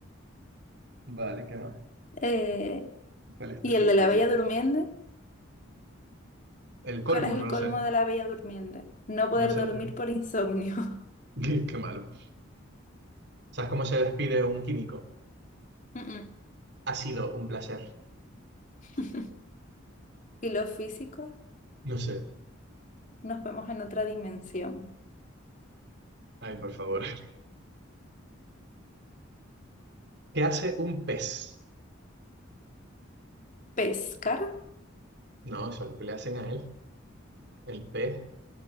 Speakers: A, on the right; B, on the left.
A: Vale, ¿qué más?
B: Eh,
A: ¿Cuál es tu
B: ¿y
A: siguiente
B: el de la Bella
A: chiste?
B: Durmiente?
A: El colmo,
B: ¿Cuál es el
A: no lo
B: colmo
A: sé.
B: de la Bella Durmiente? No poder
A: No sé,
B: dormir
A: no sé.
B: por insomnio. <laughs>
A: <laughs> Qué, qué malo. ¿Sabes cómo se despide un químico?
B: Mm,
A: Ha sido un placer.
B: mm. Y los físicos
A: No sé.
B: nos vemos en otra dimensión.
A: Ay, por favor. <laughs> ¿Qué hace un pez?
B: Pescar,
A: No, eso es lo que le hacen a él. El pez,